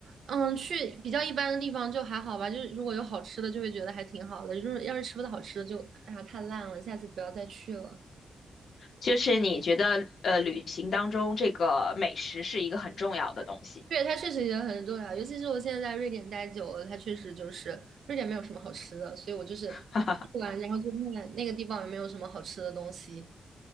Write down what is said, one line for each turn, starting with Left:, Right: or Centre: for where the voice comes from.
Right: 嗯，去比较一般的地方就还好吧，就是如果有好吃的，就会觉得还挺好的。如果要是吃不到好吃的就，啊太烂了，下次不要再去了。
Left: 就是你觉得呃，旅行当中这个美食是一个很重要的东西。
Right: 对，它确实也很重要，尤其是我现在在瑞典待久了，它确实就是瑞典没有什么好吃的，所以我就是
Left: <laughs>
Right: 去玩，然后就看看那个地方有没有什么好吃的东西。